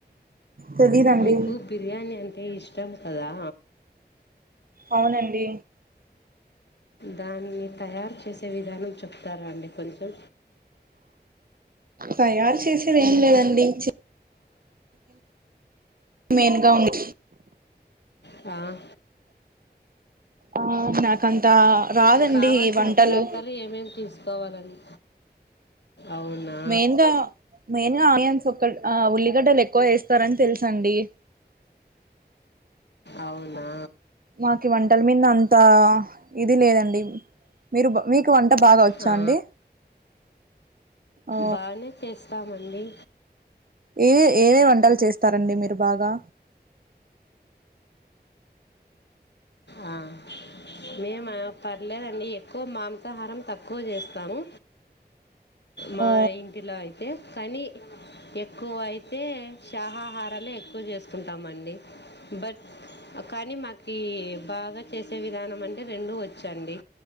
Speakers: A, on the right; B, on the left.
A: తెలీదండి
B: మీకు బిర్యానీ అంటే ఇష్టం కదా
A: అవునండి
B: దాన్ని తయారు చేసే విధానం చెప్తారా అండి కొంచెం?
A: తయారు చేసేది ఏం లేదండి చి మెయిన్గా ఉంది
B: ఆ
A: ఆ నాకంతా రాదండి
B: కావలసిన
A: ఈ వంటలు
B: పదార్థాలు ఏమేమి తీసుకోవాలండి అవునా
A: మెయిన్గా మేయిన్గా ఆనియన్స్ ఆ ఉల్లిగడ్డలు ఎక్కువ వేస్తారని తెలుసండి.
B: అవునా
A: మాకు ఇ వంటల మీద అంత ఇది లేదండి మీరు బ మీకు వంట బాగా వచ్చా
B: ఆ
A: అండి ఆ
B: బానే చేస్తామండి.
A: ఏ ఏవే వంటలు చేస్తారండి మీరు బాగా?
B: ఆ మేమ పర్లేదండి ఎక్కువ మాంసాహారం తక్కువ చేస్తాము. మా
A: ఓ
B: ఇంటిలో అయితే కానీ ఎక్కువ అయితే శాహాహారాలే ఎక్కువ చేసుకుంటామండి. బట్ కానీ మాకి బాగా చేసే విధానం అంటే రెండు వచ్చండి